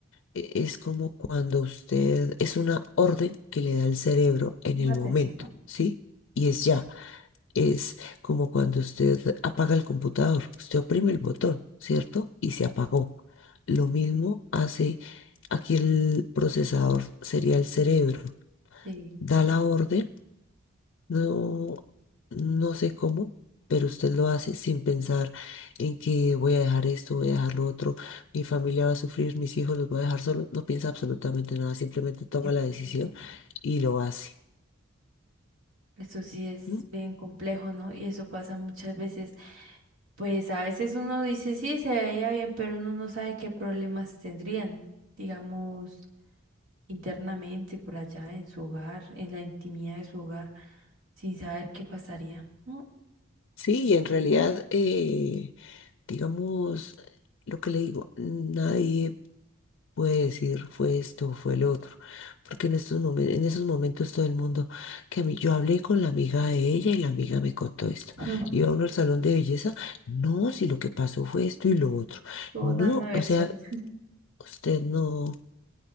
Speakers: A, on the left; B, on the right.
A: eh, es como cuando usted, es una orden que le da el cerebro en
B: Mate,
A: el momento,
B: sí.
A: ¿sí? Y es ya. Es como cuando usted apaga el computador, usted oprime el botón, ¿cierto? Y se apagó. Lo mismo hace aquí el procesador, sería el cerebro.
B: Sí,
A: Da la orden, no, no sé cómo, pero usted lo hace sin pensar en que voy a dejar esto, voy a dejar lo otro, mi familia va a sufrir, mis hijos los voy a dejar solos. No piensa absolutamente nada, simplemente toma
B: yo-
A: la decisión
B: yo-
A: y lo hace.
B: Eso sí es
A: ¿no?
B: bien complejo, ¿no? Y eso pasa muchas veces. Pues a veces uno dice, sí, se veía bien, pero uno no sabe qué problemas tendrían, digamos, internamente, por allá, en su hogar, en la intimidad de su hogar, sin saber qué pasaría, ¿no?
A: Sí, y en realidad... eh, digamos, lo que le digo, nadie puede decir fue esto, fue lo otro, porque en estos momen- en esos momentos todo el mundo, que a mí yo hablé con la amiga de ella y la amiga me contó esto.
B: <laughs> Ujú.
A: Iba uno al salón de belleza, no, si lo que pasó fue esto y lo otro.
B: Todos
A: No,
B: dan la versión.
A: o sea, usted no